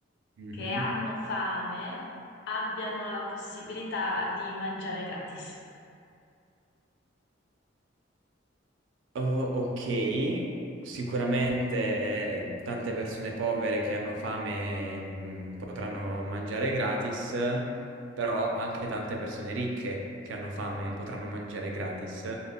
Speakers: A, on the right (about 70°); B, on the left (about 65°).
A: Mhm.
B: che hanno fame abbiano la possibilità di mangiare gratis.
A: Oh, ok, sicuramente eh, tante persone povere che hanno fame, mm, potranno mangiare gratis, però anche tante persone ricche che hanno fame potranno mangiare gratis